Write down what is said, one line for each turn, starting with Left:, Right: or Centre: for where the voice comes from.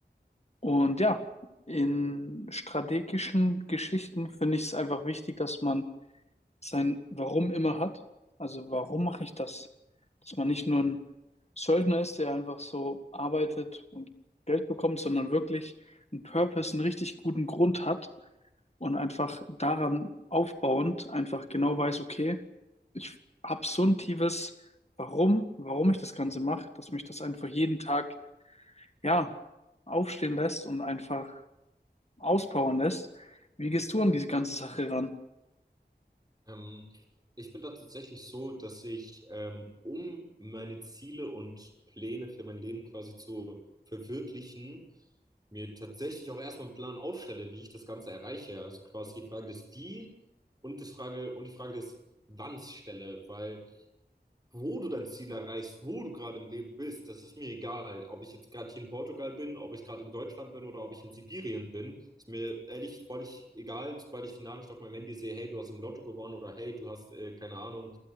Left: und ja, in strategischen Geschichten finde ich es einfach wichtig, dass man sein Warum immer hat. Also warum mache ich das? Dass man nicht nur ein Söldner ist, der einfach so arbeitet und Geld bekommt, sondern wirklich einen Purpose, einen richtig guten Grund hat und einfach daran aufbauend einfach genau weiß, okay, ich habe so ein tiefes Warum, warum ich das Ganze mache, dass mich das einfach jeden Tag, ja, aufstehen lässt und einfach auspowern lässt. Wie gehst du an diese ganze Sache ran?
Right: Ähm, ich bin da tatsächlich so, dass ich, ähm, um meine Ziele und Pläne für mein Leben quasi zu verwirklichen, mir tatsächlich auch erstmal einen Plan aufstelle, wie ich das Ganze erreiche. Also quasi die Frage des Wie und das Frage und die Frage des Wanns stelle, weil Wo du dein Ziel erreichst, wo du gerade im Leben bist, das ist mir egal. Ob ich jetzt gerade hier in Portugal bin, ob ich gerade in Deutschland bin oder ob ich in Sibirien bin, ist mir ehrlich völlig egal, sobald ich die Nachricht auf meinem Handy sehe, hey, du hast im Lotto gewonnen oder hey, du hast, äh, keine Ahnung,